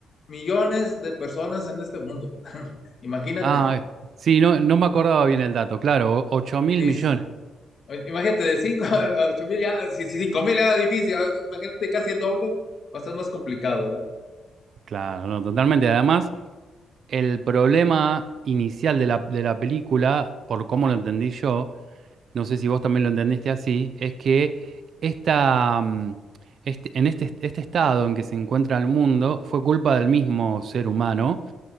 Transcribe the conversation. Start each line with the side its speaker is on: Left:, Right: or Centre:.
Left: millones de personas en este mundo. <laughs> Imagínate.
Right: Ah, eh, sí, no, no me acordaba bien el dato, claro, ocho mil
Left: Sí,
Right: millones,
Left: es- o- imagínate, de 5 <laughs> a 8 mil ya, si si 5 mil era difícil, ah, imagínate casi el doble, va a estar más complicado,
Right: claro, no, totalmente. Además, el problema inicial de la, de la película, por cómo lo entendí yo, no sé si vos también lo entendiste así, es que esta, mm, este- en este, este estado en que se encuentra el mundo fue culpa del mismo ser humano